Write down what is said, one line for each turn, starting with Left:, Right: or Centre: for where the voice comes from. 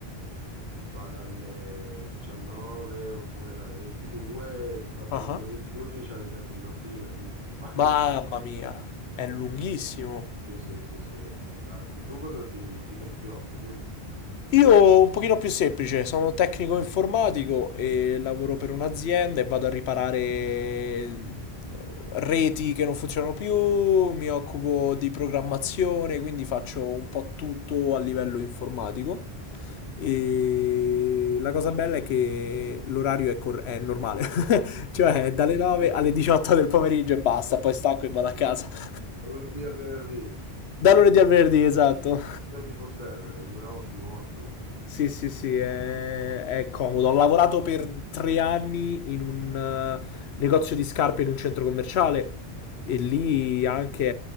Right: Va dalle 19 oppure dalle 22, chi fa il
Left: Ah,
Right: turno delle 22 finisce alle 7 di mattina, quindi ti sballa.
Left: Mamma
Right: <laughs>
Left: mia, è
Right: Eh,
Left: lunghissimo.
Right: Sì, sì, sì, sì, infatti. Tu cosa ti, di cosa ti occupi?
Left: Io un pochino più semplice, sono tecnico informatico e lavoro per un'azienda e vado a riparare eh, reti che non funzionano più, mi occupo di programmazione, quindi faccio un po' tutto a livello informatico. E la cosa bella è che l'orario è, cor- è normale, <laughs> cioè
Right: Ottimo,
Left: è dalle 9 alle 18 del pomeriggio e basta, poi stacco e vado a casa. <laughs>
Right: dal lunedì al venerdì,
Left: Da lunedì al venerdì, esatto.
Right: 24/7, eh, ottimo, ottimo.
Left: Sì, sì, sì, è, è comodo. Ho lavorato per tre anni in un eh, negozio di scarpe in un centro commerciale e lì anche